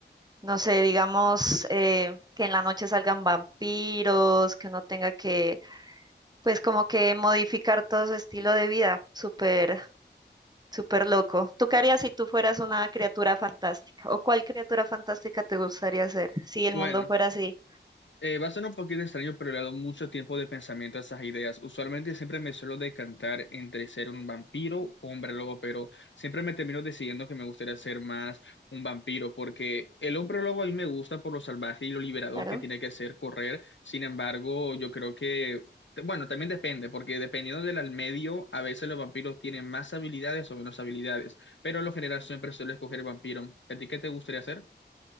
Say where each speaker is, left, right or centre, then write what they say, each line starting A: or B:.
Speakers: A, on the right; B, on the left.
A: No sé, digamos eh, que en la noche salgan vampiros, que uno tenga que pues como que modificar todo su estilo de vida, súper, súper loco. ¿Tú qué harías si tú fueras una criatura fantástica? ¿O cuál criatura fantástica te gustaría ser si el
B: Bueno,
A: mundo fuera así?
B: eh, va a sonar un poquito extraño, pero le he dado mucho tiempo de pensamiento a esas ideas. Usualmente siempre me suelo decantar entre ser un vampiro o hombre lobo, pero siempre me termino decidiendo que me gustaría ser más un vampiro, porque el hombre lobo a mí me gusta por lo salvaje y lo liberador
A: Claro.
B: que tiene que ser correr. Sin embargo, yo creo que, bueno, también depende, porque dependiendo del al medio, a veces los vampiros tienen más habilidades o menos habilidades, pero en lo general siempre suelo escoger vampiro. ¿A ti qué te gustaría hacer?